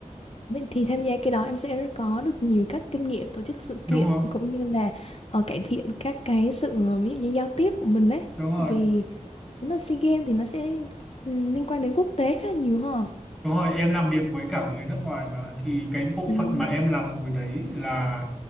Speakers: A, on the left (about 50°); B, in the centre.
A: Vậy thì tham gia cái đó em sẽ có được nhiều các kinh nghiệm tổ chức sự
B: đúng
A: kiện
B: rồi
A: cũng như là ờ, cải thiện các cái sự ờ, ví dụ như giao tiếp của mình ấy.
B: đúng rồi
A: Tại vì Nếu mà SEA Games thì nó sẽ liên, ừm, liên quan đến quốc tế khá là nhiều ha.
B: đúng rồi em làm việc với cả người nước ngoài mà thì cái bộ
A: Ừm.
B: phận mà em làm hồi đấy là